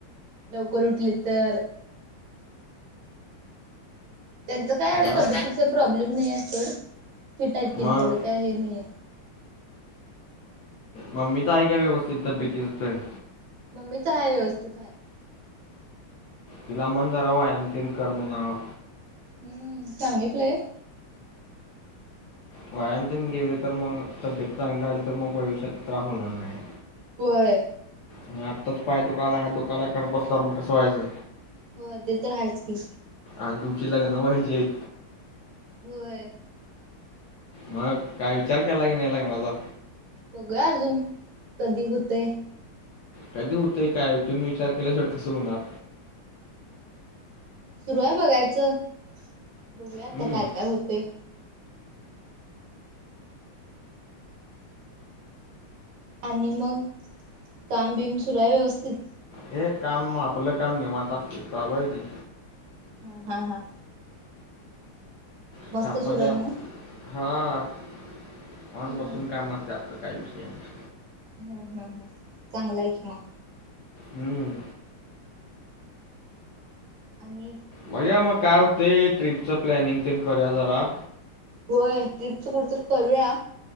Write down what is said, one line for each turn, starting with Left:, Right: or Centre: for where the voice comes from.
Right: लवकर उठलीत तर. त्यांचं काय एवढं
Left: हा?
Right: तब्येतीच प्रॉब्लेम नाही हाय सोड फिट हाईत तेनी
Left: मग
Right: एवढं काय हे नाहीेये.
Left: मम्मीच हाय काय व्यवस्थित तब्येतच तेन??
Right: मम्मीच हाय व्यवस्थित हाय.
Left: तिला म्हण जरा व्यायाम तेन कर म्हणाव.
Right: हम्म सांगितलंय.
Left: व्यायाम तेन गेले तर मग तब्येत चांगली राहिल तर मग भविष्यात त्रास होणार नाही.
Right: होय.
Left: आणि आत्ताच पाय दुकालाय, हात दुकालाय करत बसल्यावर मग कसं व्हायचं??
Right: होय ते तर हायच की.
Left: आणि तुमची लग्न व्हायची हाईत.
Right: होय..
Left: मग काय विचार केला काय नाही लग्नाचा??
Right: बघूया अजून कधी होतयं.
Left: कधी हुतंय काय तुम्ही विचार केल्या शेवट कसं होणार??
Right: सुरू हाय बघायचं बघूया आता
Left: हम्म.
Right: काय काय हुतंय. आणि मग काम बिम सुरूय व्यवस्थित??
Left: हे काम आपलं काम निवांत असतंय चालू हाय की.
Right: हा हा हा.
Left: <unintelligible>
Right: मस्त
Left: आप
Right: सुरू
Left: हां
Right: आहे नव्ह
Left: निवांत
Right: हम्म
Left: बसून काम असतयं आपल काय विषय नाही.
Right: हम्म हम् हम् चांगलयं कि मग.
Left: हम्म.
Right: आणि??
Left: बघूया मग काय हुतंय ट्रीपचं प्लॅनिंग तेन करूया जरा.
Right: होय ट्रिपच कुठं तर करूया.